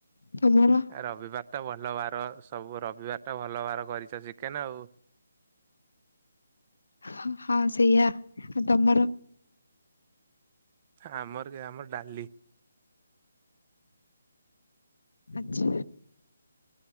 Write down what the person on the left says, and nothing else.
ତମର।
ହଁ ହଁ ସେଇଆ ଆଉ ତମର?
ଆଛା।